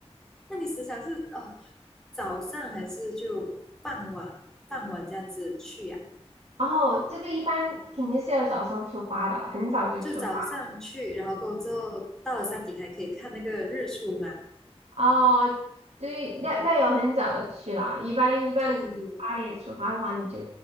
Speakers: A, in the centre; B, on the right (about 70°).
A: 那你时常是哦，早上还是就傍晚，傍晚这样子去呀、
B: 然后这个一般肯定是要早上出发的，很早就出发。
A: 就早上去，然后过后之后到了山顶还可以看那个日出嘛？
B: 哦，对，那那要很早的去了。一般一般，
A: 对，
B: 如果八点出发的话，你就